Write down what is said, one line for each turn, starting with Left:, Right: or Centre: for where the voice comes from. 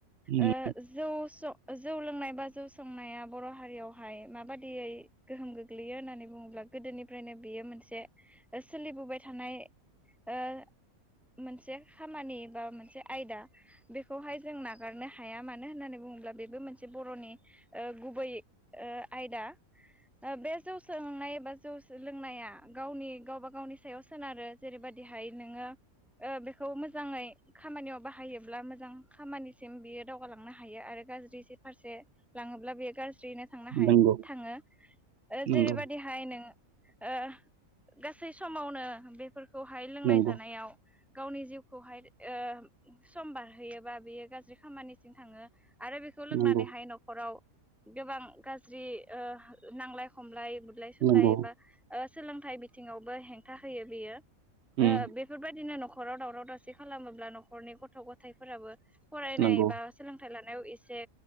Right: उम
Centre: ओ जौ स' जौ लोंनाय बा जौ संनाया बर' हारियावहाय माबादियै गोहोम गोग्लैयो होननानै बुङोब्ला गोदोनि फ्रायनो बियो मोनसे ओ सोलिबोबाय थानाय ओ मोनसे खामानि बा मोनसे आयदा बेखौहाय जों नागारनो हाया मानो होननानै बुङोब्ला बेबो मोनसे बर'नि ओ गुबै ओ आयदा ओ बे जौ सोंनाय एबा जौ लोंनाया गावनि गावबा गावनि सायाव सोनारो जेरैबायदिहाय नोङो ओ बेखौ मोजाङै खामानियाव बाहायोब्ला मोजां खामानिसिम बियो दावगालांनो हायो आरो गाज्रि फारसे लाङोब्ला बे गाज्रि ज्रि थांनो हा
Right: नंगौ
Centre: थाङो
Right: नंगौ
Centre: जेरैबायदिहाय नों ओ गासै समावनो बेफोरखौहाय लोंनाय
Right: नंगौ
Centre: जानायाव गावनि जिउखौहाय ओ सम बारहोयोबा बेयो गाज्रि खामानिसिम थाङो आरो बेखौ लोंनानैहाय
Right: नंगौ
Centre: न'खराव गोबां गाज्रि ओ नांलाय खमलाय बुलाय सुलाय
Right: नंगौ
Centre: बा सोलोंथाइ बिथिङावबो हेंथा होयो बियो
Right: उम
Centre: ओ बेफोरबायदिनो न'खर न'खराव दावसि खालामोब्ला न'खरनि गथ' गथायफोराबो फरायनाय
Right: नंगौ
Centre: बा सोलोंथाइ लानाय नायाव एसे